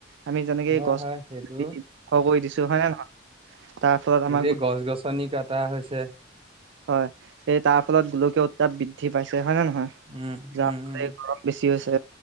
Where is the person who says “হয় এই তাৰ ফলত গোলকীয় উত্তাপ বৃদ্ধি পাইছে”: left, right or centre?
Right